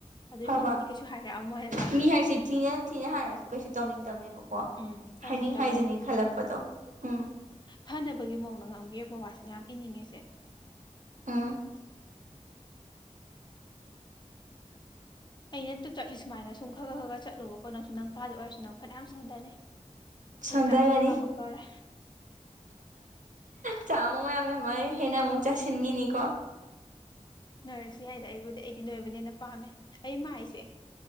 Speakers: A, on the left; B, on the right.
A: ꯑꯗꯨꯏ
B: ꯐꯕ
A: ꯃꯑꯣꯡꯗꯗꯤ ꯀꯩꯁꯨ ꯍꯥꯏꯔꯛꯑꯝꯃꯣꯏꯕ
B: ꯃꯤ ꯍꯥꯏꯁꯦ ꯊꯤꯅ ꯊꯤꯅ ꯍꯥꯏꯔꯁꯨ ꯀꯩꯁꯨ ꯇꯧꯅꯤꯡꯗꯕꯅꯦꯕꯀꯣ
A: ꯎꯝ ꯇꯧꯅꯤꯡꯗꯕꯅꯦ
B: ꯍꯥꯏꯅꯤꯡ ꯍꯥꯏꯖꯅꯤ ꯈꯜꯂꯛꯄꯗꯣ ꯎꯝ
A: ꯐꯅꯕꯒꯤ ꯃꯑꯣꯡꯗ ꯉꯝꯕꯤꯔꯛꯄ ꯋꯥꯁꯤꯅꯦ ꯌꯥꯝ ꯏꯅꯤꯡꯉꯤꯁꯦ
B: ꯎꯝ
A: ꯑꯩꯅ ꯇꯨ ꯆꯠꯂꯤ ꯁꯨꯃꯥꯏꯅ ꯁꯨꯝ ꯈꯔ ꯈꯔ ꯆꯠꯂꯣꯕꯀꯣ ꯅꯪ ꯀꯥꯗ ꯑꯣꯏꯔꯁꯨ ꯅꯪ ꯐꯅꯌꯥꯝ ꯁꯣꯟꯊꯅꯤ
B: ꯁꯗ꯭ꯌꯥꯔꯅꯤ
A: ꯑꯩ ꯆꯥꯛ ꯑꯃꯨꯛ ꯂꯥꯝꯃꯛ ꯇꯧꯔꯦ
B: ꯆꯥꯃꯨ ꯌꯥꯝꯃꯦꯃ ꯍꯦꯟꯅ ꯑꯃꯨꯛ ꯆꯥꯁꯤꯟꯈꯤꯅꯤꯀꯣ
A: ꯅꯣꯏꯔꯁꯨ ꯌꯥꯏꯗ ꯑꯩꯕꯨꯗꯤ ꯑꯩꯗꯤ ꯅꯣꯏꯕꯅꯦꯅ ꯄꯥꯝꯃꯦ ꯑꯩ ꯃꯥꯏꯁꯦ